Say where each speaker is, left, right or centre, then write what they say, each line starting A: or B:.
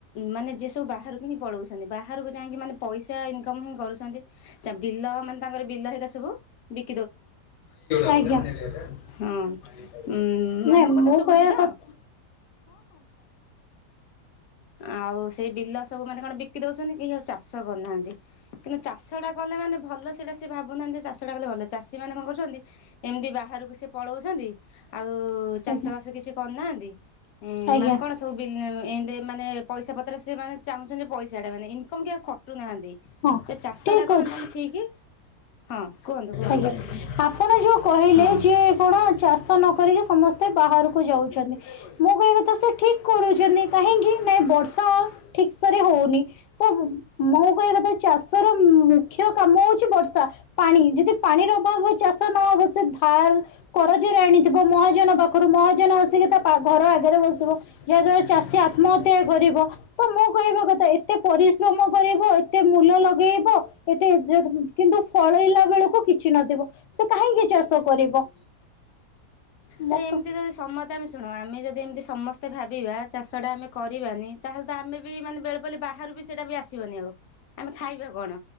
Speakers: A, on the left (about 65°); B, on the left (about 85°).
A: ମାନେ ଯିଏ ସବୁ ବାହାରକୁ ହିଁ ପଳଉଛନ୍ତି, ବାହାରକୁ ଯାଇକି ମାନେ ପଇସା ଇନକମ ହିଁ କରୁଛନ୍ତି, ବିଲ ମାନେ ତାଙ୍କର ବିଲ ହେକା ସବୁ ବିକା
B: ଆଜ୍ଞା। <unintelligible>
A: ହଁ। ଉଁ ମାନେ ମୋ କଥା ଶୁଭୁଛି ତ? ଆଉ ସେଇ ବିଲ ସବୁମାନେ କଣ ବିକି ଦଉଛନ୍ତି, କେହି ଆଉ ଚାଷ କରୁନାହାଁନ୍ତି। କିନ୍ତୁ ଚାଷଟା କଣ ଦେଖିଆ ଭଲ ସେଇଟା ସେମାନେ ଭାବୁନାହାଁନ୍ତି। ଚାଷ ସେଟା କଲେ ଭଲ, ଚାଷୀମାନେ କଣ କରୁଛନ୍ତି ଏମିତି ବାହାରକୁ ସିଏ ପଳଉଛନ୍ତି ଆଉ ଚାଷବାସ
B: ଆଜ୍ଞା
A: କିଛି କରୁନାହାନ୍ତି,
B: ଆଜ୍ଞା
A: ମାନେ କଣ ସବୁ ବିଲ ଏମ୍ତି ମାନେ ପଇସା ପତ୍ର ସେମାନେ ଚାହୁଁଛନ୍ତି ପଇସାଟା, ମାନେ ଇନକମ୍ କି ଖଟୁନାହାନ୍ତି।
B: ହଁ
A: ଚାଷ
B: ଠିକ
A: ଟା କରନ୍ତେ
B: ଅଛି।
A: ଆମେ ଠିକ୍ ହଁ କୁହନ୍ତୁ କୁହନ୍ତୁ
B: ଆଜ୍ଞା। ଆପଣ ଯୋଉ କହିଲେ
A: ହଁ।
B: ଯେ କଣ ଚାଷ ନ ସମସ୍ତେ ବାହାରକୁ ଯାଉଛନ୍ତି, ମୁଁ କହିବା କଥା ସେ ଠିକ କରୁଛନ୍ତି କାହିଁକି ନାଁ ଏ ବର୍ଷ ଠିକସରେ ହଉନି। ‌ତ ମୁଁ ତ କହିବା କଥା ଚାଷ ର ମ ମୁଖ୍ୟ କାମ ହଉଛି ବର୍ଷା ପାଣି ଯଦି ପାଣି ର ଅଭାବ ହବ ଚାଷ ନ ହବ ସେ ଧାର କରଜରେ ଆଣିଥିବ ମହାଜନ ପାଖରୁ, ମହାଜନ ଆସିକି ତା ପ ଘର ଆଗରେ ଵସିବ। ଯାହାଦ୍ଵାରା ଚାଷୀ ଆତ୍ମହତ୍ୟା କରିବ। ତ ମୋ କହିବା କଥା ଏତେ ପରିଶ୍ରମ କରିବ ଏତେ ମୂଲ ଲଗେଇବ ଏତେ <unintelligible> କିନ୍ତୁ ଫଳେଇଲା ବେଳକୁ କିଛି ନଥିବ, ସେ କାହିଁକି? ଚାଷ କରିବ? <unintelligible>
A: ଆରେ ଏମିତି ଯଦି ସମସ୍ତେ ଆମେ ଶୁଣ, ଆମେ ଯଦି ଏମିତି ସମସ୍ତେ ଭାବିବା ଚାଷଟ ଟା ଆମେ କରିବାନି ତାହେଲେ ତ ଆମେ ବି ମାନେ ବେଳ ପଡିଲେ ବାହାରୁ ବି ସେଇଟା ବି ଆସିବନି ଆଉ ଆମେ ଖାଇବା କଣ?